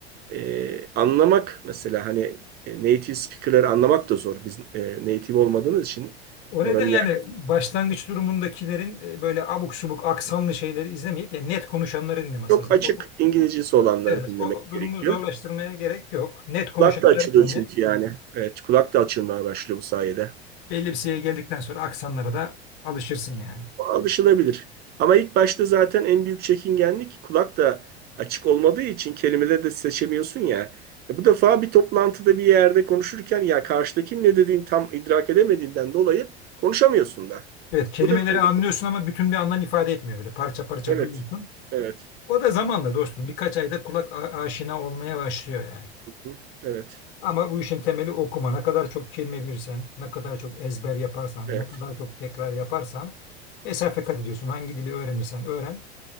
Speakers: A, on the right; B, on the left.
A: e, anlamak mesela hani e, native speaker'ları anlamak da zor. Biz e, native olmadığımız için
B: O
A: oranın
B: nedenle
A: yer
B: hani başlangıç durumundakilerin e, böyle abuk subuk aksanlı şeyleri izlemeyip yani net konuşanları dinlemesi
A: çok
B: lazım.
A: açık
B: O, o-
A: İngilizcesi olanları
B: evet,
A: dinlemek
B: o
A: gerekiyor.
B: durumu zorlaştırmaya gerek yok. Net konuşanları
A: Kulak da açılıyor
B: dinle.
A: çünkü yani. Evet, kulak da açılmaya başlıyor bu sayede.
B: Belli bir seviyeye geldikten sonra aksanlara da alışırsın yani.
A: O alışılabilir. Ama ilk başta zaten en büyük çekingenlik kulak da açık olmadığı için kelimeleri de seçemiyorsun ya. E bu defa bir toplantıda bir yerde konuşurken ya karşıdakinin ne dediğini tam idrak edemediğinden dolayı konuşamıyorsun da.
B: Evet kelimeleri
A: Bu da bir engel.
B: anlıyorsun ama bütün bir anlam ifade etmiyor böyle parça parça
A: Evet.
B: duyuyorsun.
A: Evet.
B: O da zamanla dostum birkaç ayda kulak a- aşina olmaya başlıyor yani.
A: Hı, Evet.
B: Ama bu işin temeli okuma. Ne kadar çok kelime bilirsen, ne kadar çok ezber yaparsan,
A: Evet.
B: ne kadar çok tekrar yaparsan mesafe kat ediyorsun. Hangi dili öğrenirsen öğren.